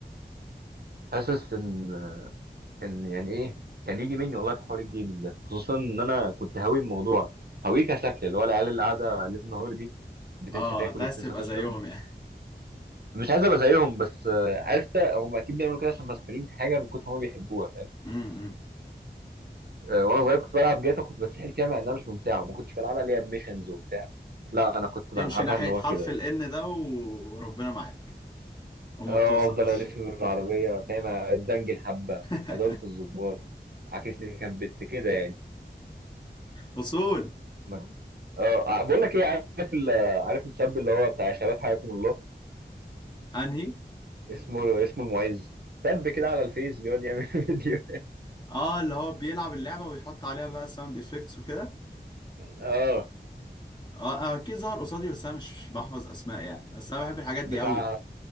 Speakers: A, on the right; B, on the left.
A: حاسس ان ان يعني ايه كان يجي مني والله في حوار الجيمنج ده خصوصا ان انا كنت هاوي الموضوع هاويه كشكل اللي هو العيال اللي قاعده ليل نهار دي بتنسى
B: اه
A: تاكل
B: أنت عايز
A: وبتنسى
B: تبقى
A: تشرب
B: زيهم يعني
A: مش عايز ابقى زيهم بس آه، عارف إنت، هم اكيد بيعملوا كده عشان مسحولين في حاجه من كتر ما هم بيحبوها فاهم
B: امم أمم.
A: آه، وانا صغير كنت بلعب جاتا كنت بتسحل فيها مع انها مش ممتعه ما كنتش بلعبها اللي هي بميشنز وبتاع لا انا كنت
B: تمشي
A: بلعبها
B: ناحية
A: اللي هو
B: حرف
A: كده يعني
B: ال N ده وربنا معاك وما
A: اه
B: بتوصلش
A: افضل الف من العربيه فاهم ادنجل حبه
B: <laughs>
A: ازول في الظباط عاكس لي كان بت كده يعني
B: وصول
A: ما- اه ع- بقول لك ايه عارف ال- عارف الشاب اللي هو بتاع شباب حياكم الله
B: أنهي
A: اسمه اسمه المعز شاب كده على الفيس بيقعد يعمل <laughs> فيديو
B: اه اللي هو بيلعب اللعبة ويحط عليها بقى ساوند افكتس وكده
A: اه
B: اه آه، أكيد ظهر قصادي بس أنا مش بحفظ أسماء يعني بس أنا بحب الحاجات
A: بتاع
B: دي أوي